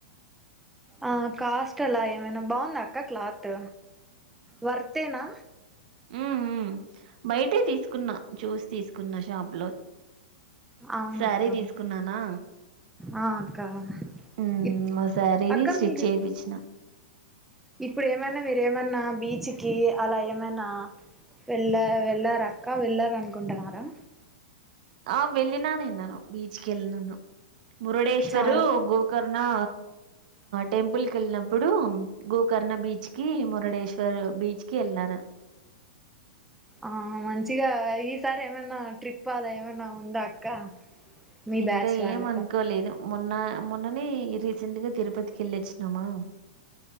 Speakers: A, in the centre; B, on the right.
A: ఆ కాస్ట్ అలా ఏమైనా బాగుంది అక్క క్లాత్ వర్తేనా
B: మ్మ్ మ్మ్ బయటే తీసుకున్నా చూసి తీసుకున్న షాప్ లో
A: అవునక్క
B: సారీ తీసుకున్నానా
A: ఆ అక్క
B: హ్మ్
A: ఇప్
B: ఓసారిది
A: అక్క
B: స్టిచ్
A: మీరు
B: చేయిపిచ్చిన
A: ఇప్పుడు ఏమైనా మీరేమన్నా బీచ్కి అలా ఏమైనా వెళ్ళ వెళ్ళారక్క వెళ్ళారనుకుంటున్నారా
B: ఆ వెళ్ళ ననే నను బీచ్కిెళ్ల్ నన్న మురుడేశ్వరు
A: చాలు
B: గోకర్ నా టెంపుల్ కి వెళ్ళినప్పుడు గోకర్ణ బీచ్ కి మురడేశ్వర్ బీచ్ కి వెళ్ళను
A: ఆ మంచిగా ఈసారి ఏమైనా ట్రిప్ అలా ఏమైనా ఉందా అక్క మీ
B: ఇంకా
A: బ్యాచ్ వాళ్ళతో
B: ఏం అనుకోలేదు మొన్న మొన్ననే రీసెంట్గా తిరుపతికి వెళ్ళొచ్చినామా